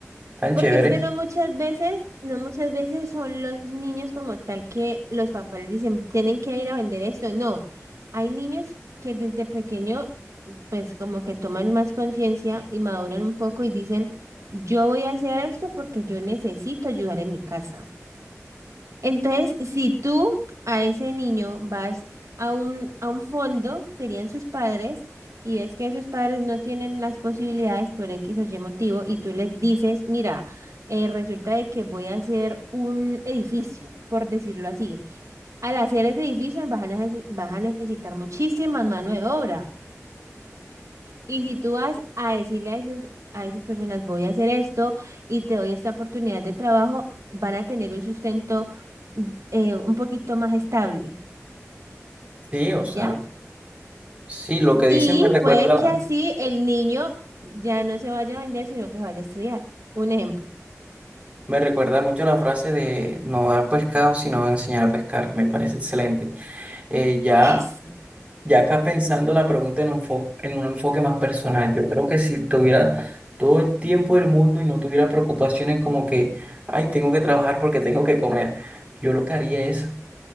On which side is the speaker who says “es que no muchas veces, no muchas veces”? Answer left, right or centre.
Right